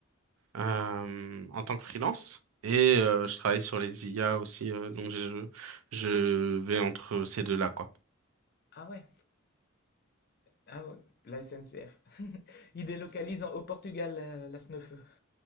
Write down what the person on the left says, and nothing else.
Ah ouais. Ah ouais. La SNCF. <laughs> Ils délocalisent en- au Portugal euh, la SNEFE.